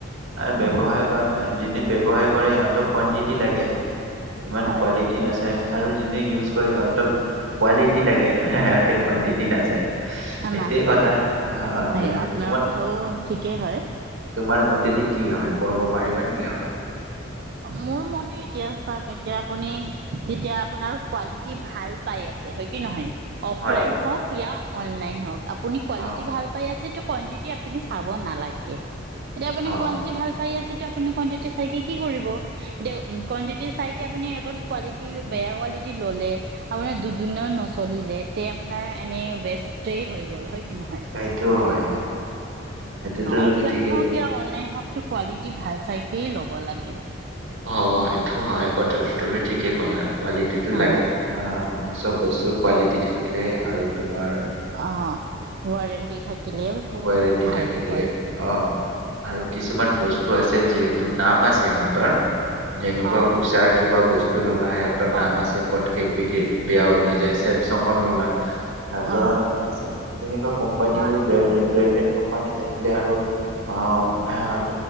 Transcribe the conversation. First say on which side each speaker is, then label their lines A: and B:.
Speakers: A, on the right; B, on the right.
A: আৰু ব্যৱসায়
B: অ',
A: কৰে যোনে ব্যৱসায় কৰে সিহঁত কুৱাণ্টিটি লাগে ইমান
B: হয়,
A: কোৱালিটি নাচায় আৰু যোনে ইউজ কৰে সিহঁতক কোৱালিটি লাগে সিহঁতে কোৱাণ্টিটি নাচায় সেইটোৱে
B: নাচাই
A: কথা অ অ
B: সেই
A: তুমিও
B: কথাও <unintelligible> ঠিকেই হয়
A: তোমাৰ মতেদি কি হয় কব পাৰিবা নেকি অলপ
B: মোৰ মতে এতিয়া চাওক এতিয়া আপুনি যেতিয়া আপোনাৰ কোৱালিটি ভাল পাই আছে হয় কি নহয় অফলাইন
A: হয়
B: হওক ইয়া অনলাইন হওক আপুনি কোৱালিটি
A: অ
B: ভাল পাই আছে ত কোৱাণ্টিটী আপুনি চাব নালাগে এতিয়া আপোনি
A: অ
B: কোৱাণ্টিটি ভাল পায় আছেে ত আপোনি কোৱাণ্টিটি চাই কি কৰিব দে কোৱাণ্টিটি চাই আপুনি কোৱালিটি বেয়া কোৱালিটি ললে আপোনাৰ দুদিন নচলিলে তে আপোনাৰ এনে ৱেষ্টেই হৈ গ'ল হয় কি নহয়
A: সেইটো হয় সেইটোতো তুমি
B: অফলাইন
A: ঠিকেই
B: হওক
A: ক'লা
B: অনলাইন হওক কোৱালিটি ভাল চাই কি ল'ব লাগে <unintelligible> <unintelligible>
A: অ অ এইটো হয় কথা তুমি ঠিকে ক'লা কোৱালিটি টো
B: অ
A: লাগে অ চব বস্তু কোৱালিটি থাকে থাকিলে আৰু তোমাৰ
B: অ ৱাৰেণ্টি থাকিলে
A: ৱাৰেণ্টি
B: ভাল
A: থাকিলে
B: হয়
A: অ আৰু কিছুমান বস্তু তো আছে যিহেতো নাম আছে সিহঁতৰ যেনেকুৱা
B: অ
A: উষাৰ কিবা বস্তু ললা সিহঁতৰ নাম
B: অ অ
A: আছে
B: অ
A: পটককে বিক্ৰী বেয়া হয় নাই যায় চেমচংৰ ললা? সিহতৰৰ
B: অ
A: নাম আছে তেনেকুৱা কোম্পানী
B: অ
A: বোৰ ব্ৰেড ব্ৰেণ্ডেড কোম্পানী থাকিলে আৰু অ সহ।